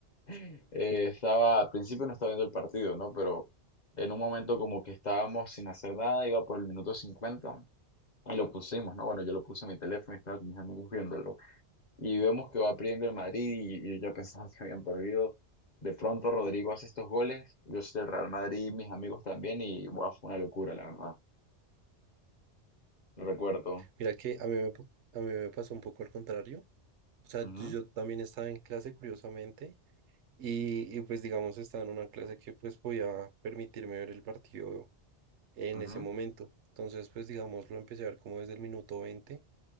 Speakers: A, on the left; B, on the right.
A: <laughs> eh, estaba, al principio no estaba viendo el partido, ¿no? Pero en un momento como que estábamos sin hacer nada, iba por el minuto 50 y lo pusimos, ¿no? Bueno, yo lo puse en mi teléfono y estaba con mis amigos viéndolo. y vemos que va perdiendo el Madrid y, y yo ya pensaba que habían perdido. De pronto Rodrigo hace estos goles, yo soy del Real Madrid, mis amigos también y wow fue una locura, la verdad. Lo recuerdo.
B: Mira que a mí me, a mí me pasó un poco al contrario. O sea,
A: Ujú,
B: yo yo también estaba en clase, curiosamente, Y, y pues digamos estaba en una clase que pues podía permitirme ver el partido en
A: ujú,
B: ese momento. Entonces pues digamos lo empecé a ver como desde el minuto 20